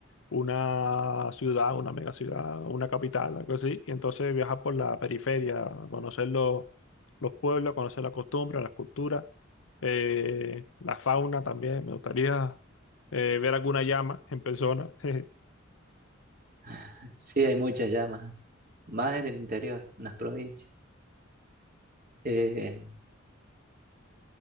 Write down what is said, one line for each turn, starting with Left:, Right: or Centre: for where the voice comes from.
Left: una ciudad, una mega ciudad, una capital, algo así, y entonces viajar por la periferia, conocer los, los pueblos, conocer las costumbres, las culturas, eh, la fauna también. Me gustaría eh, ver alguna llama en persona. <laughs>
Right: <laughs> Sí, hay muchas llamas, más en el interior, en las provincias. Eh,